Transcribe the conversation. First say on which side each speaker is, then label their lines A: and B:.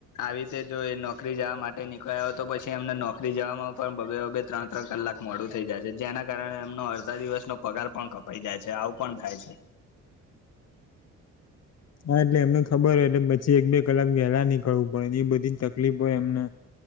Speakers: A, on the left; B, on the left.
A: આવી રીતે જો નોકરી જવા માટે નીકળ્યા હોય તો પછી એમને નોકરી જવામાં પણ બબે બબે ત્રણ ત્રણ કલાક મોડું થઇ જાય છે જેના કારણે એમનો અડધા દિવસનો પગાર પણ કપ પઈ જાય છે આવું પણ થાય છે.
B: હા એટલે એમને ખબર હોય એટલે પછી એક બે કલાક વહેલા નીકળવું પડે એ બધી તકલીફો એમને